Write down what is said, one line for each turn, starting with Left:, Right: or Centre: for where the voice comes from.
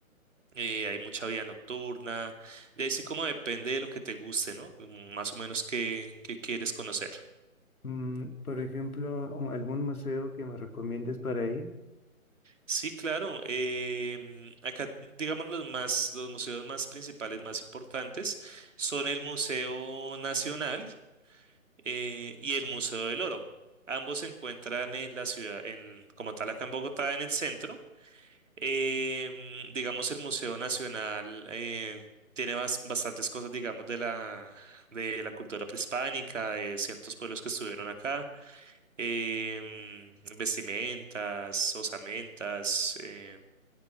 Right: eh, hay mucha vida nocturna. De ahí sí como depende de lo que te guste, ¿no? Como Más o menos qué, qué quieres conocer.
Left: Mm, por ejemplo, o algún museo que me recomiendes para ir.
Right: Sí, claro. em, acá, digamos, los más, los museos más principales, más importantes, son el Museo Nacional eh, y el Museo del Oro. Ambos se encuentran en la ciudad, en, como tal, acá en Bogotá, en el centro. Em, digamos, el Museo Nacional eh, tiene bas- bastantes cosas, digamos, de la, de la cultura prehispánica, de ciertos pueblos que estuvieron acá, em, vestimentas, osamentas, em,